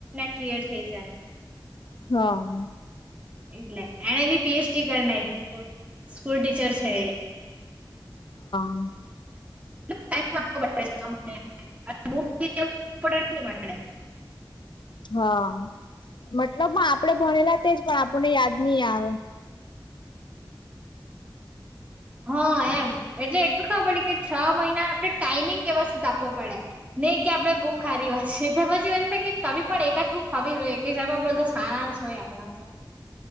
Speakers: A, on the right; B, on the left.
A: ક્લિયર થઈ જ
B: હા
A: એટલે એને બી પી. એચ. ડી કર નાકી બોલ સ્કૂલ ટીચર છે એ
B: હમ
A: <unintelligible>
B: હા મતલબ આપડે ભણેલા તેજ પણ આપણને યાદ નહી આવે
A: હા એમ એટલે એટલું ખબર પડી કે છ મહિના આપણે ટાઈમિંગ વ્યવસ્થ આપવો પડે નહી કે આપણે બુક હારી વાંચીયે તે પછી આવી પણ એક આદ બુક ખવી જોઈએ કે જે બધો સારાંશ હોય આપણા